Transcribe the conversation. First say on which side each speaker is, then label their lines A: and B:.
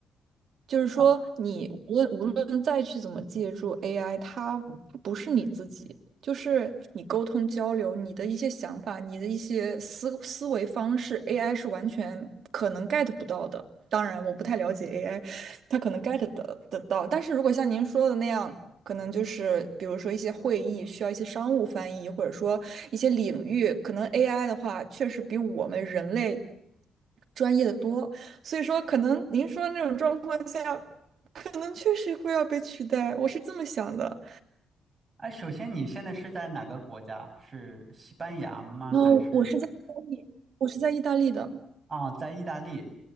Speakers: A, on the right; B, on the right.
A: 就是说，
B: 啊。
A: 你无论无论再去怎么借助 AI，它它不是你自己，就是你沟通交流，你的一些想法，你的一些思思维方式，AI 是完全可能 get 不到的。当然，我不太了解 AI，它可能 get 得得到，但是如果像您说的那样，可能就是比如说一些会议需要一些商务翻译，或者说一些领域，可能 AI 的话，确实比我们人类专业的多。所以说，可能您说的那种状况下，可能确实会要被取代，我是这么想的。
B: 哎，首先你现在是在哪个国家？是西班牙吗？
A: 然后我是在意大利，
B: 还是？
A: 我是在意大利的，
B: 啊，在意大利，